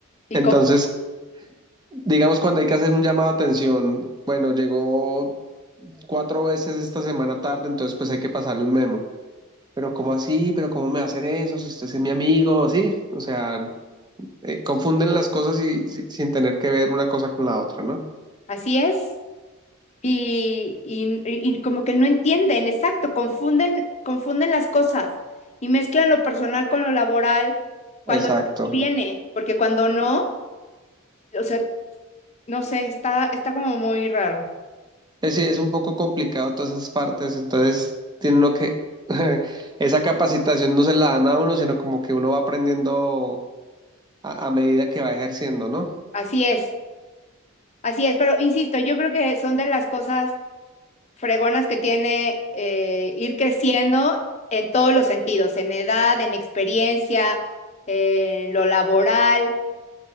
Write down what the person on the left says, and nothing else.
Y
con-
así es. y, y- y como que no entienden, exacto, confunden, confunden las cosas y mezclan lo personal con lo laboral cuando
les conviene, porque cuando no, o sea, no sé, está, está como muy raro.
Así es, así es, pero insisto, yo creo que son de las cosas fregonas que tiene eh, ir creciendo en todos los sentidos, en edad, en experiencia, en lo laboral.